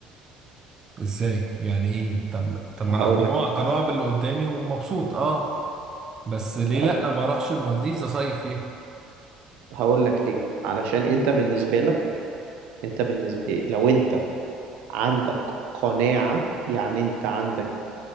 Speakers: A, on the right; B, on the right.
A: ازاي يعني ايه طب طب ما
B: هقول
A: انا قنوع
B: لك
A: قنوع باللي قدامي ومبسوط اه بس ليه
B: اي
A: لا ما اروحش المالديفز اصيف فيها
B: هقول لك ليه علشان انت بالنسبه لك انت بالنسبة لو انت عندك قناعة يعني انت عندك